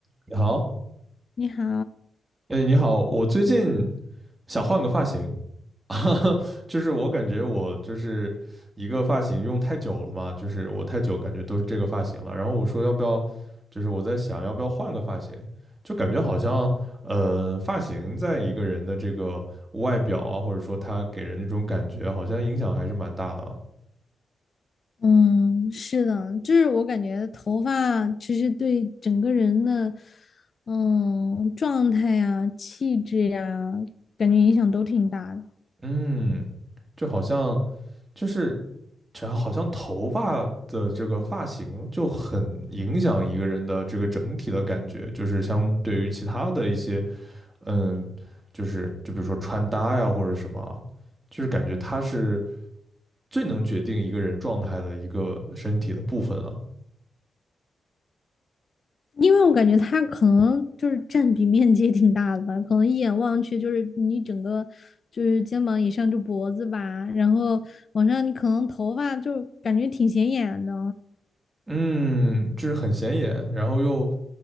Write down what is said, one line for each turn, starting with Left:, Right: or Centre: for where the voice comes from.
Right: 你好，
Left: 你好，
Right: 哎，你好，我最近想换个发型，<laughs> 就是我感觉我就是一个发型用太久了嘛，就是我太久感觉都是这个发型了，然后我说要不要，就是我在想要不要换个发型，就感觉好像呃发型在一个人的这个外表啊，或者说他给人那种感觉，好像影响还是蛮大的啊
Left: 嗯，是的，就是我感觉头发其实对整个人的，嗯，状态呀、气质呀，感觉影响都挺大的。
Right: 嗯，就好像。就是这好像头发的这个发型就很影响一个人的这个整体的感觉，就是相对于其他的一些，嗯，就是就比如说穿搭呀或者什么，就是感觉它是最能决定一个人状态的一个身体的部分了。
Left: 因为我感觉它可能就是占比面积也挺大的吧，可能一眼望去就是你整个就是肩膀以上就脖子吧，然后往上你可能头发就感觉挺显眼的。
Right: 嗯，就是很显眼，然后又